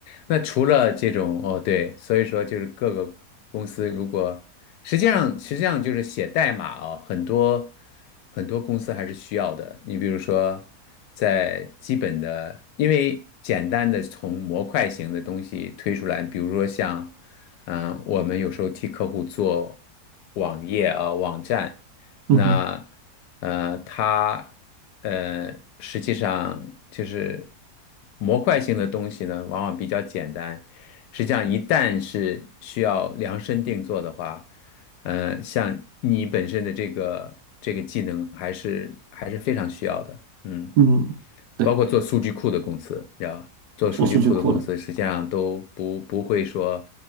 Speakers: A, on the left; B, on the right.
A: 那除了这种，哦，对，所以说就是各个公司如果实际上实际上就是写代码哦，很多很多公司还是需要的。你比如说，在基本的，因为简单的从模块型的东西推出来，比如说像，嗯、我们有时候替客户做网页啊、网站。
B: 嗯哼，
A: 那呃，它呃，实际上就是模块性的东西呢，往往比较简单。实际上，一旦是需要量身定做的话，嗯，像你本身的这个这个技能，还是还是非常需要的。嗯
B: 嗯，对，
A: 包括做数据库的公司，你做数据库的公司实际上都不不会说
B: 做数据库的，